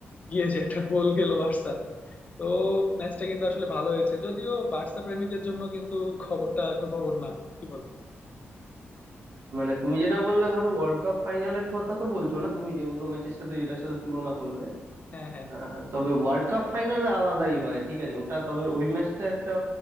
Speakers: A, on the left; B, on the right.
A: গিয়ে যে একটা গোল খেলো বার্সা তো ম্যাচটা কিন্তু আসলে ভালো হয়েছে যদিও বার্সা প্রেমীদের জন্য কিন্তু খবরটা সুখবর না কি বল
B: মানে তুমি যেটা বললে ধরো ওয়ার্ল্ড কাপ ফাইনালের কথা তো বলছো না তুমি যে অন্য ম্যাচের সাথে যেটার সাথে তুলনা করলে
A: হ্যাঁ হ্যাঁ
B: আহ, তবে ওয়ার্ল্ড কাপ ফাইনালে আলাদাই হয় ঠিক আছে ওটা তবে ওই ম্যাচটা একটা